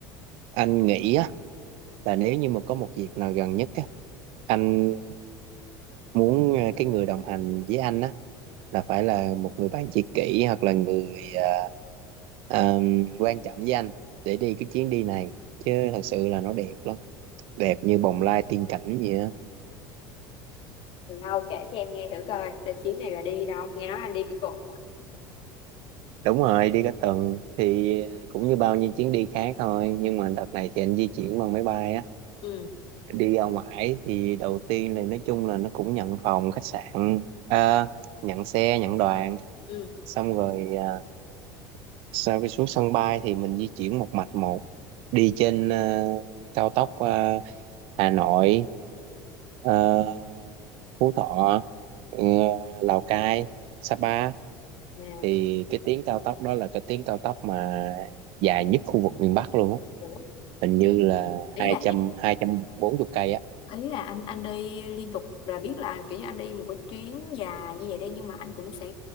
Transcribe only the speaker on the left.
Đâu kể cho em nghe thử coi, đợt chuyến này là đi đâu? Nghe nói anh đi cái cục.
Ừ,
ừ.
À,
ủa,
ý
là
ý là anh anh đi liên tục là biết là kiểu như anh đi một cái chuyến dài như vậy đây nhưng mà anh cũng sẽ